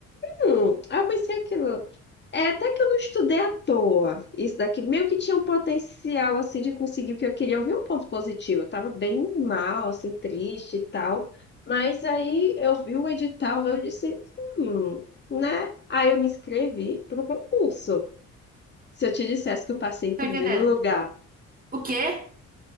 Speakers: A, on the left; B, on the right.
A: Hum, aí eu pensei aquilo. É até que eu não estudei à toa. Isso daqui meio que tinha um potencial assim de conseguir, porque eu queria ouvir um ponto positivo. Eu tava bem mal, assim, triste e tal. Mas aí eu vi o edital, eu disse, hum, né? Aí eu me inscrevi para o concurso. Se eu te dissesse que eu passei em primeiro
B: Tô entendendo.
A: lugar,
B: O quê?